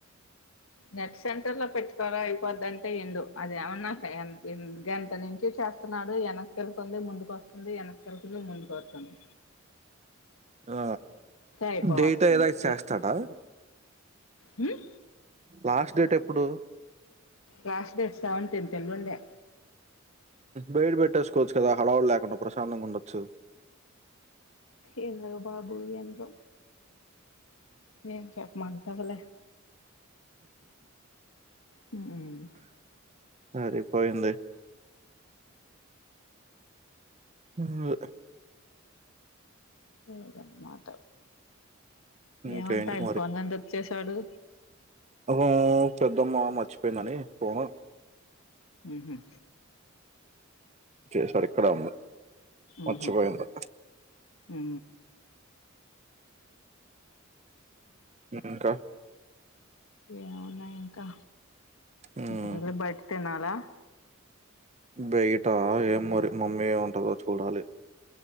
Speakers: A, on the left; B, on the right.
A: నెట్ సెంటర్లో పెట్టుకోరా అయిపొద్దంటే విండు అదేమన్నా క యన్ హ్మ్ గంట నుంచి చేస్ ప్తున్నాడు యన కెళ్తుంది ముందుకొస్తుంది ఎన <unintelligible> పోతుంది
B: ఆ
A: అయిపోవస్తుంది
B: డేటా ఎరైస్ చేస్తాడా
A: హ్మ్
B: లాస్ట్ డేట్ ఎప్పుడు
A: లాస్ట్ డేట్ సెవెంటీన్త్ ఎల్లుండే
B: బయట పెట్టేసుకోవచ్చు కదా హడావుడి లేకుండా ప్రశాంతంగా ఉండొచ్చు.
A: ఏమో బాబు ఏంటో, ఏం చెప్పమంటది లే హ్మ్
B: సరిపోయింది ఊమ్ ఆ
A: లేదనమాట
B: ఇంకేంటి
A: ఏమంటా ఆయన ఫోన్ ఎందుక్ చేస్ టడు
B: అహా పెద్దమ్మా మర్చిపోయిందని ఫోన్
A: ఊ హ్మ్
B: చేసారు ఇక్కడే ఉంది మర్చిపోయింది.
A: ఉహు ఉ
B: హ్మ్ ఇంకా
A: ఏం ఉన్నాయి ఇంకా
B: ఉమ్,
A: ఇప్పుడెళ్లి బయట తినాలా?
B: బయట ఏం మరి మమ్మీ ఏం అంటదో చూడాలి.